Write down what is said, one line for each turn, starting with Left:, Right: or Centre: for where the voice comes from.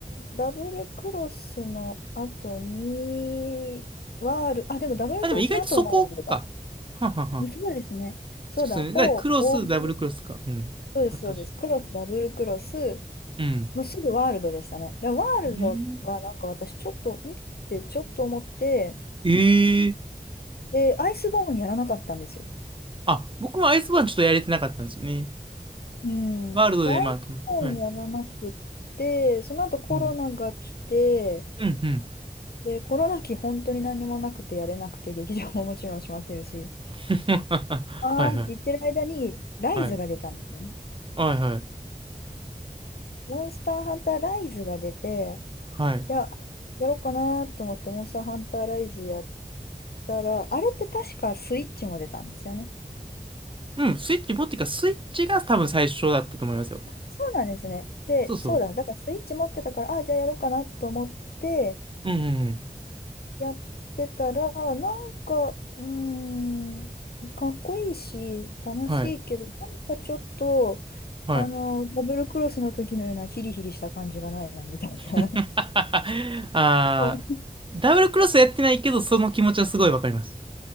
Left: ダブルクロスの後に、ワール、あ、でもダブルクロスの後ワールドだ。
Right: あ、でも意外とそこか。はんはんはん。
Left: そうですね。そうだ、
Right: そうっすね。
Left: 4、
Right: だからクロス、
Left: OG。
Right: ダブルクロスとか。うん。
Left: そうです、
Right: あったし。
Left: そうです。クロス、ダブルクロス、
Right: うん。
Left: もうすぐワールドでしたね。で、ワールドがなんか私ちょっと、
Right: うん。
Left: んってちょっと思って、
Right: ええ
Left: で、アイスボーンやらなかったんですよ。
Right: あ、僕もアイスバーンちょっとやれてなかったんですよね。
Left: うん。
Right: ワールドで、
Left: で、アイスボーンやらなくって、
Right: まあ、と思って。はい。
Left: その後コロナが来て、
Right: うん。うん、うん。
Left: で、コロナ期本当に何もなくてやれなくて、劇場ももちろん閉まってるし、
Right: <laughs>
Left: あーって言ってる間に、
Right: はいはい。
Left: ライズが出たんですよね。
Right: はい。はいはい。
Left: モンスターハンターライズが出て、
Right: はい。
Left: じゃあ、やろうかなと思って、モンスターハンターライズやったら、あれって確かスイッチも出たんですよね。
Right: うん、スイッチ持ってか、スイッチが多分最初だったと思いますよ。
Left: そうなんですね。で、
Right: そうそう。
Left: そうだ、だからスイッチ持ってたから、あ、じゃあやろうかなと思って、
Right: うんうんうん。
Left: やってたら、なんか、うーん、かっこいいし、楽しいけど、
Right: はい。
Left: なんかちょっと、
Right: はい。
Left: あの、ダブルクロスの時のようなヒリヒリした感じがないな、みたいな。
Right: <laughs>
Left: <laughs>
Right: あー、
Left: 思って
Right: ダブルクロスやってないけど、その気持ちはすごいわかります。